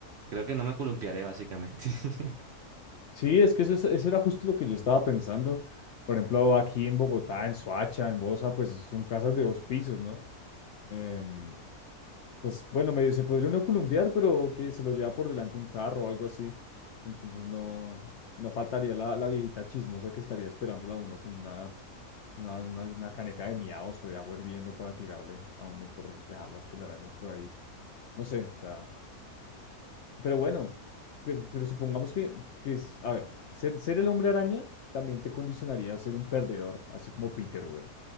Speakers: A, on the right; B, on the left.
A: creo que no me columpiaré básicamente. <laughs>
B: Sí, es que eso, es- eso era justo lo que yo estaba pensando. Por ejemplo, aquí en Bogotá, en Soacha, en Bosa, pues son casas de dos pisos, ¿no? em, pues bueno, medio se podría uno columpiar, pero que se lo lleva por delante un carro o algo así. Entonces no, no faltaría la, la viejita chismosa que estaría esperándola a uno con una, una, una, una caneca de miados o de agua hirviendo para tirarle a uno por dejar las telarañas por ahí. No sé, o sea, pero bueno, pero, pero supongamos que, que es, a ver, ser, ser el hombre araña también te condicionaría a ser un perdedor, así como Peter, weón.